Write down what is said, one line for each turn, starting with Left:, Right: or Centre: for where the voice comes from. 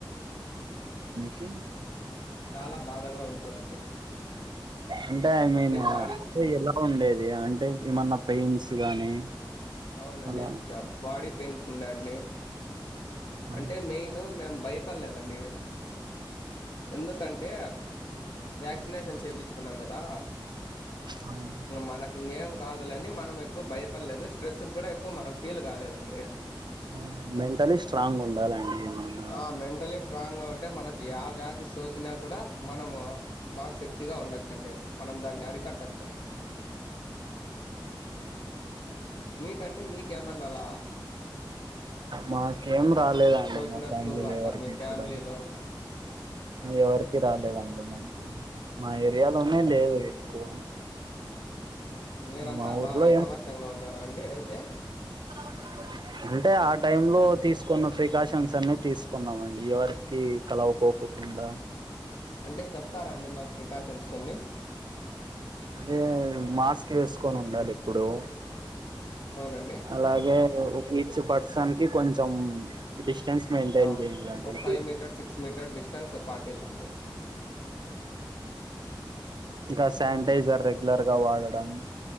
Right: కే
Left: చాలా బాధగా ఉండే దంటే
Right: అంటే ఐ మీన్ అంటే
Left: బాడీ
Right: ఎలా ఉండేది అంటే ఏమన్నా పెయిన్స్ గానీ
Left: అవునండి
Right: అలా
Left: జ బాడీ పెయిన్స్ ఉండే అండి.
Right: ఆ
Left: అంటే మెయిను మేం భయపడ్లేదండి. ఎందుకంటే వ్యాక్సినేషన్ చేపిచ్చుకున్నాం కదా
Right: అవును
Left: మనకిగేం కాదులే అని మనం ఎక్కు భయపడ్లేదు. స్ట్రెస్ గుడా ఎక్కువ మనం ఫీల్ గాలేదండి.
Right: అవునండి మెంటలీ స్ట్రాంగ్ ఉండాలండి ఏమన్నా
Left: ఆ మెంటలీ స్ట్రాంగా ఉంటే మనకి యా వ్యాధి సోకినా కూడా మనము బాగ్ సే ఫ్టీ ఉండచ్చండి మనం దాన్ని అరికట్టచ్చు. మీకండి మీకేమన్న అలా
Right: మాక్ ఏం రాలేదండి
Left: ఏమన్నా సోకినట్లు
Right: మా ఫ్యామిలీలో
Left: అట్లా
Right: ఎవరికి
Left: మీ ఫ్యామిలీలో
Right: కూడను ఎవర్ కి రాలేదండి మాకి మా ఏరియాలోనే లేదు ఎక్కువ
Left: మీరంతా
Right: మా ఊర్లో
Left: బాగా ఐకమత్యంగా ఉన్నారా అండి అయితే
Right: ఆవును అంటే ఆ టైమ్లో తీస్కున్న ప్రికాషన్స్ అన్ని తీస్కున్నామండి. ఎవరికి కల కో కోకుండా
Left: అంటే చెప్తారా అండి మాక్ ప్రికాషన్స్ కొన్ని
Right: అదే మాస్క్ ఏస్కొనుండాలి ఎప్పుడు
Left: అవునండి
Right: అలాగే ఒక ఈచ్ పర్సన్కి కొంచం డిస్టెన్స్ మెయింటేన్
Left: ఆ,
Right: జేడంలాంటి
Left: ఓ five metre six metre distance పాటిల్లండి
Right: ఇంకా సానిటైజర్ రెగ్లర్గ వాడడం.